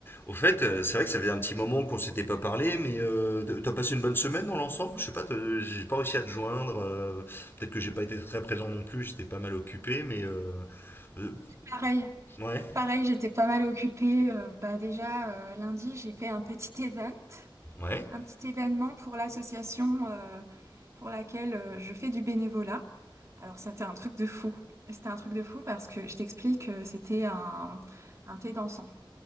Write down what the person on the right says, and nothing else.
Pareil,
pareil, j'étais pas mal occupée. Euh, bah déjà, euh, lundi, j'ai fait un petit event,
un petit événement pour l'association euh, pour laquelle euh, je fais du bénévolat. Alors, c'était un truc de fou. C'était un truc de fou parce que je t'explique, euh, c'était un, un thé dansant.